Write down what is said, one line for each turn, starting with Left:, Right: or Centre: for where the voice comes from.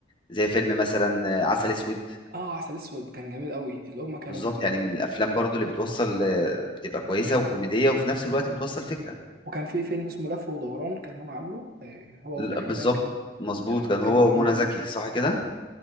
Left: زي فيلم مثلا آه، عسل اسود
Right: آه، عسل أسود كان جميل أوي اللي هما كانوا
Left: بالظبط
Right: في
Left: يعني من الافلام برضو اللي بتوصل آه، بتبقى كويسه وكوميديه وفي نفس الوقت بتوصل فكره
Right: وكان في فيلم اسمه لف ودوران كان هو عامله آه، هو
Left: ل-
Right: والعيلة
Left: بالظبط
Right: كان
Left: مظبوط
Right: كان
Left: كان هو
Right: كان جميل
Left: ومنى
Right: جدا
Left: زكي صح كده